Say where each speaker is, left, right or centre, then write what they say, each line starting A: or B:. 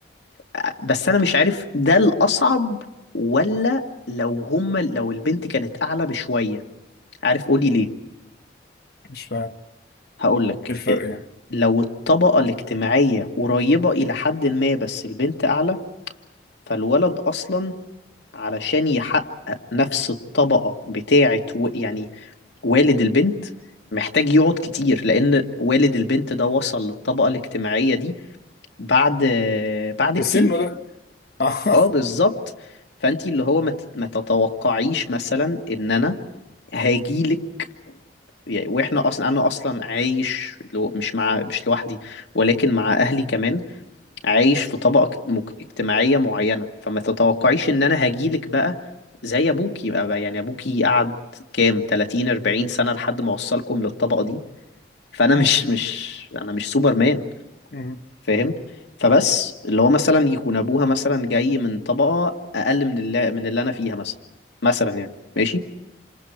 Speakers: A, on the left; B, on the left.
A: آه، بس أنا مش عارف ده الأصعب ولا لو هما لو البنت كانت أعلى بشوية عارف قولي ليه
B: مش فاهم
A: هقولك
B: ايه الفرق
A: إيه،
B: يعني
A: لو الطبقة الاجتماعية قريبة إلى حد ما بس البنت أعلى فالولد أصلا علشان يحقق نفس الطبقة بتاعة و- يعني والد البنت محتاج يقعد كتير لأن والد البنت ده وصل للطبقة الاجتماعية دي بعد بعد
B: في
A: كتير
B: سنه ده <laughs> اه
A: اه بالظبط فأنتي اللي هو ما تت- ما تتوقعيش مثلا إن أنا هاجيلك يعني واحنا اصلا انا اصلا عايش لو مش مع مش لوحدي ولكن مع اهلي كمان عايش في طبقه اجت- مك- اجتماعيه معينه فما تتوقعيش ان انا هاجيلك بقى زي ابوكي بقى يعني ابوكي قعد كام 30 40 سنه لحد ما وصلكم للطبقه دي فانا مش مش انا مش سوبر مان
B: مم.
A: فاهم فبس اللي هو مثلا يكون ابوها مثلا جاي من طبقه اقل من اللي من اللي انا فيها مثلا مثلا يعني ماشي